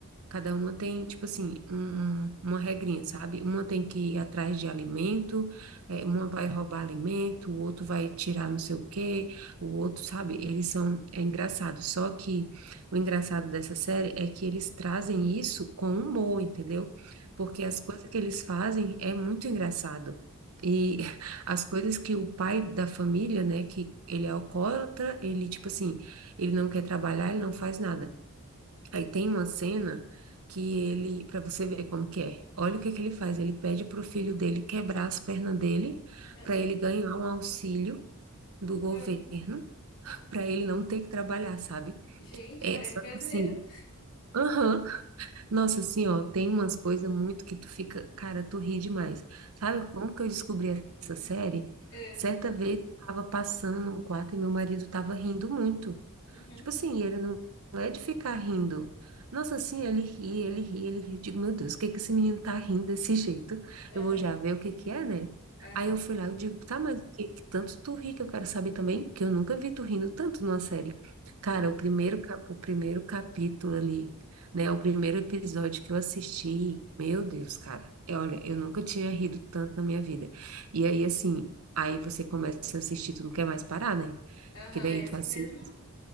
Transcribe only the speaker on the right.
Cada uma tem, tipo assim, um- um- uma regrinha, sabe? Uma tem
que ir atrás de alimento, eh, uma vai roubar alimento, o outro vai tirar não sei o quê, o outro, sabe? Eles são, é engraçado. Só que o engraçado dessa série é que eles trazem isso com humor, entendeu?
Porque as coisas que eles fazem é muito engraçado. E <laughs> as coisas que o pai da família, né, que ele é alcoólatra, ele, tipo assim, ele não quer trabalhar, ele não faz nada. Aí tem uma cena que ele, para você ver como que é. Olha o que que ele faz. Ele pede para o filho dele quebrar as pernas dele
para ele ganhar um auxílio do governo
para ele não ter que trabalhar, sabe?
É
só
que assim. Aham. Nossa, assim, ó, tem umas coisas muito que tu fica, cara, tu ri demais. Sabe como que eu descobri essa série?
Certa vez eu tava passando no quarto e meu marido tava rindo muito.
Tipo assim, ele não não é de ficar rindo. Nossa, assim, ele ri, ele ri, ele ri. Eu digo, meu Deus, o que que esse menino tá rindo desse jeito? Eu
vou já ver o que que é, né?
Aí eu fui lá, eu digo, tá, mas o que que tanto tu ri que eu quero saber também, que eu nunca vi tu rindo tanto numa série. Cara,
o primeiro, cap- o primeiro capítulo ali, né? O primeiro episódio que eu assisti, meu Deus, cara. é, Olha, eu nunca tinha rido tanto na minha vida. E aí, assim, aí você começa a assistir, tu não quer mais parar, né?
Porque daí
tu assiste.